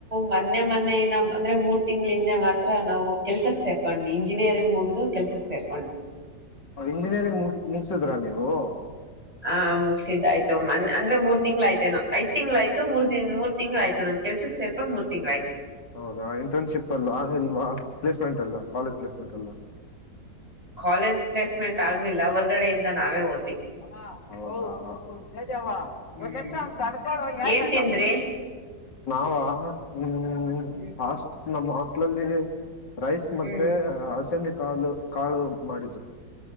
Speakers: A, on the right; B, on the left.
A: ಮೊನ್ನೆ ಮೊನ್ನೆ ನ ಅಂದ್ರೆ ಮೂರ್ ತಿಂಗಳ ಹಿಂದೆ ಮಾತ್ರ ನಾವು ಕೆಲ್ಸಕ್ ಸೇರ್ಕೊಂಡ್ ಇಂಜಿನಿಯರಿಂಗ್ ಮುಗುದು ಕೆಲ್ಸಕ್ ಸೇಲ್
B: ಇಂಜಿನಿಯರಿಂಗ್ ಮು ಮುಗಸುದ್ರ ನೀವು
A: ಹ ಮುಗ್ಸಿದ್ದಾಯಿತು ಮನ್ ಅಂದ್ರೆ ಮೂರ್ ತಿಳಾಯಯ್ತೇನು ಐ ತಿಂಗ್ಗಳಾಯ್ತ ಮೂರ್ ದ ಮೂರ್ ತಿಂಗ್ಳಾಯ್ತು ನಂಗೆ ಕೆಲ್ಸಕ್ಕೆ ಸೇಕೊಂಡು ಮೂರು ತಿಗಳಾಯ್ತು
B: ಹೌದಾ ಇಂಟರ್ನ್ಶಿಪ್ ಅಲ್ವಾ ಇಲ್ವಾ ಪ್ಲೇಸ್ಮೆಂಟ್ ಅಲ್ ಕಾಲೇಜ್ ಪ್ಲೇಸ್ಮೆಂಟ್ ಅಲ್ಲ
A: ಕಾಲೇಜ್ ಪ್ಲೇಸ್ಮೆಂಟ್ ಆಗ್ಲಿಲ್ಲ ಹೊರ್ಗಡೆಯಿಂದ ನಾವೇ ಓದ್ವಿ
B: ಹಾ ಹ ಹ ಜವಾ
A: ಹ್ಮ್
B: ಮ ನಿಮ ಸ ತಾರ್ಕಳ ಯ
A: ಏನ್
B: ಸ
A: ತಿಂದ್ರಿ
B: ನಾವ ಹ್ಮ್
A: ಹ್ಮ್
B: ಸ್ಟ್ ನಮ್ಮ ಹಟ್ಲಲ್ಲಿ ರೈಸ್ ಮತ್ತೆ
A: ಹ್ಮ್
B: ಹಸಂದಿ ಕಾಲು ಕಾಳು ಮಾಡಿದ್ರು